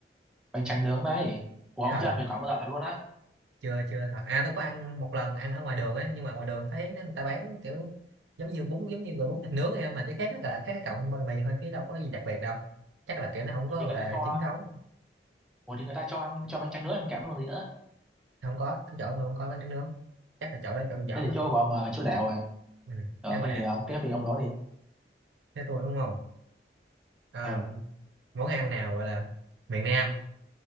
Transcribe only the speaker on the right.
Trời
ơi,
chưa chưa thật. à tôi có ăn một lần ăn ở ngoài đường ấy nhưng mà ngoài đường thấy nó- người ta bán kiểu giống như bún giống như gọi bún thịt nướng ấy, mà cái khác nó là khác cái cọng bánh mì thôi chứ đâu có gì đặc biệt đâu chắc là kiểu nó không
có
gọi
là
chính thống
không có cái chỗ tôi không có bánh tráng nướng chắc là chỗ đó chỗ dởm
á
ừ,
chắc vậy
á
thế tôi đúng không à,
món ăn nào gọi là miền Nam